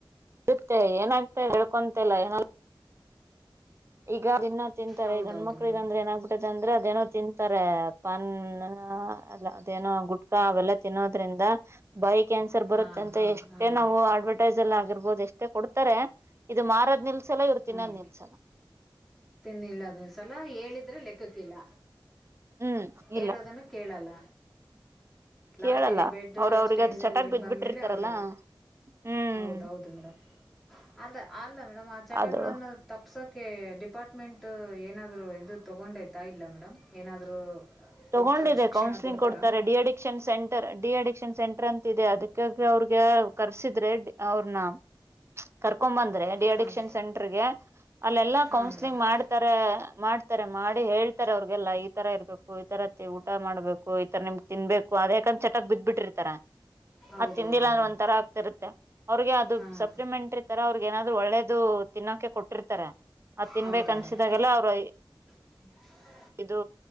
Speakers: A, on the right; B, in the centre.
A: ಇರುತ್ತೆ ಏನಾಗ್ತ ಹೇಳ್ಕೊಂತಲ್ಲ ಏನ ಈಗ ತಿಂತಾರೆ
B: ಹೌದೌದು
A: ಗಂಡ್ಮಕ್ಳಿಗೆ
B: ಮೇಡಮ್
A: ಅಂದ್ರೆ ಏನಾಗಗ್ಬಿಟ್ಟತೆ ಅಂದ್ರೆ ಅದೇನೋ ತಿಂತ ಇತಾರೆ ಪಾನ್ ಎಲ್ಲ ಅದೇನೋ ಗುಟ್ಕಾ ಅವೆಲ್ಲ ತಿನ್ನೋದ್ರಿಂದ ಬಾಯ್ ಕ್ಯಾನ್ಸರ್
B: ಹಾಂ
A: ಬರುತ್ತೆ ಅಂತ
B: ಹಾಂ
A: ಎಷ್ಟೇ
B: ಹಾಂ ಮೇಡಮ್
A: ನಾವು ಅಡ್ವರ್ಟೈಸ್ ಅಲ್ಲಿ ಆಗಿರ್ಬ ಬಹುದ್ ಎಷ್ಟೇ ಕೊಡ್ತಾರೆ ಇದು ಮಾರದ್ ನಿಲ್ ಚಲೋ ಇವರ ತಿನ್ನೋದ
B: ಹಾಂ
A: ನಿಲ್ಲಸಲ್ಲಾ
B: ತಿನ್ನಿಲ್ಲ ಅದೊಸಲ ಹೇಳಿದ್ರೆ ಲೆಕ್ಕಕ್ಕಿಲ್ಲ
A: ಹ್ಮ್
B: ಹೇಳೋದನ್ನು
A: ಇಲ್ಲ
B: ಕೇಳಲ್ಲ ಲಾಸ್ಟಿಗೆ
A: ಕೇಳಲ್ಲ
B: ಬೆಡ್
A: ಅವ್ರ ಅವ್ರಿಗೆ
B: ಸ್ಟೇಜ್ಗೆ
A: ಅದು ಚಟಾಕ್ ಬಿದ್
B: ಬಂದ್ಮೇಲೆ
A: ಬಿಟ್ಟಿರ್ತಾರಲ್ಲ
B: ಅವರಿಗೆ
A: ಹ್ಮ್
B: ಹೌದೌದು ಮೇಡ್ ಅ ಅಲ್ಲ ಮೇಡ್ ಚಟಗಳನ್ನು
A: ಅದು
B: ತಪ್ಸೋಕೆ ಡಿ ಮೆಂಟ್ ಏನಾದರೂ ಇದು ತೊಗೊಂಡಯ್ತಾ ಇಲ್ಲ ಮೇಡಮ್ ಏನಾದರೂ ಕೊಡ್ತಾರಾ
A: ತಗೊಂಡಿದೆ
B: ಶಿಕ್ಷಣ
A: ಕೌನ್ಸಲಿಂಗ್
B: ಕೊಡ್ತಾರಾ
A: ಕೊಡ್ತಾರೆ de addiction centre de addiction centre ಅಂತ ದೆ ಅದಕ್ಕಾಗಿ ಅವ್ರಿಗೆ ಕರ್ಸಿದ್ರೆ ಅವ್ರನ್ನ ಕರ್ ಕಕೊಂಡ್ ಬಂದ್ರೆ ಡಿ
B: ಹಾಂ
A: ಅಡಿಕ್ಷನ್ ಸೆಂಟರ್ಗೆ ಅಲ್ಲೆಲ್ಲಾ
B: ಹಾಂ
A: ಕೌನ್ಸ್ಲಿಂಗ್
B: ಮೇಡಮ್
A: ಮಾಡ್ತಾರೆ ಮಾಡ್ತಾರೆ ಮಾಡಿ ಹೇಳ್ತಾರೆ ಅವ್ರಿಗೆಲ್ಲಾ ಈ ತರ ಇರ್ಬೇಕು ಈ ತರ ಊಟ ಮಾಡಬೇಕು ಈತರ ನಿಮ್ ತಿನ್ಬೇಕು ಅದ ಯಾಕಂದ ಚಟಕ್ ಬಿದ್ಬಿಟ್ಟಿರ್ತಾರ
B: ಹೌದೌದು
A: ಅದ್ ತಿಂದಿಲ್ಲ
B: ಮೇಡಮ್
A: ಅಂದ ಒಂಂತರ ಆಗ್ತಿರುತ್ತೆ ಅವ್ರಿಗೆ ಅದು
B: ಹಾಂ
A: ಸಪ್ಲಿಮೆಂಟ್ರಿ ತರ ಅವ್ರಿಗೆ ಏನಾದ್ರು ಒಳ್ಳೇದು ತಿನ್ನೋಕೆ ಕೊಟ್ಟಿರ್ತಾರೆ ಅದ ತಿನ್ಬೇಕೇು
B: ಹೌದು
A: ಅನ್ಸಿದಾಗೆಲ್ಲ
B: ಮೇಡಮ್
A: ಅವ್ರು
B: <inaudible>
A: ಇದು